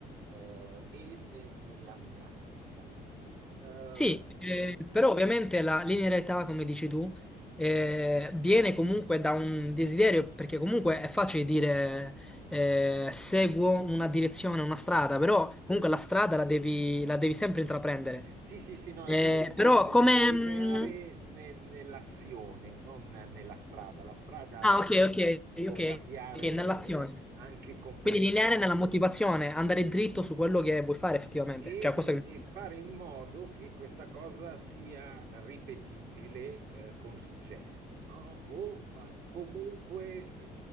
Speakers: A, on the right; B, in the centre.
A: eh, e ne- nella mia attività. Eh,
B: Sì, eh, però ovviamente la linearità, come dici tu, eh, viene comunque da un desiderio, perché comunque è facile dire eh, seguo una direzione, una strada, però comunque la strada la devi, la devi sempre intraprendere.
A: Sì, sì, sì, no,
B: Eh,
A: io intendevo
B: però
A: li-
B: come...
A: lineare
B: mm,
A: ne- nell'azione, non nella strada. La strada
B: ah, ok, ok,
A: può
B: ok, ok,
A: cambiare
B: ok, nell'azione.
A: anche completamente
B: Quindi lineare nella motivazione, andare dritto su quello che vuoi fare effettivamente.
A: e,
B: Cioè, questo che mi stai
A: e fare
B: dicendo.
A: in modo che questa cosa sia ripetibile, eh, con successo, no? O ma comunque,